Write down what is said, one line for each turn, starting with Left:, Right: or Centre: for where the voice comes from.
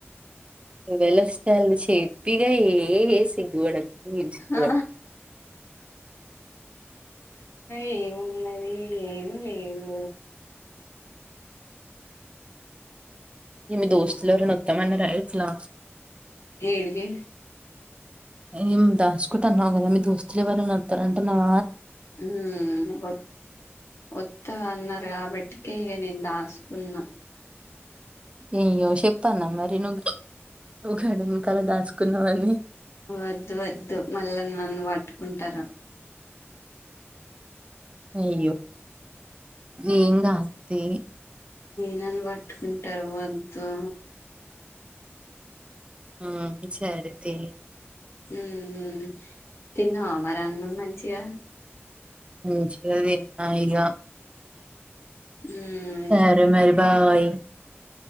Right: ఎవలోస్తాలు చేప్ ప్పిగా ఏ ఏ సిగ్గువడకు నేను సిగ్గుపడ్
Left: ఆ, ఏమున్నది ఏం లేదు
Right: ఇగ మీ దోస్తులేవరన్న ఓత్తమన్నర ఎట్ల
Left: ఏడికి
Right: ఏం దాసుకుంటన్నావు కదా మీ దోస్తులు ఎవరైనా ఓత్తరంటన్నవ
Left: హు ఓ ఓత్త అన్నారు కాబట్టీకే ఈగ నీను దాసుకున్నా
Right: అయ్యో చెప్పాల్నా మరి నువ్వు గడెనుకాల ని దాసుకున్నవని
Left: వద్ వద్దు మళ్ళ నన్ను పట్టుకుంటరు
Right: అయ్యో ఏం కాదు తియ్
Left: నన్ను పట్టుకుంటరు వద్దు
Right: ఆ సరేతియ్
Left: ఊమ్ తిన్నావా మరి అన్నం మంచిగా
Right: మంచిగ తిన్న యిగ
Left: హ్మ్
Right: సరే మరి బాయ్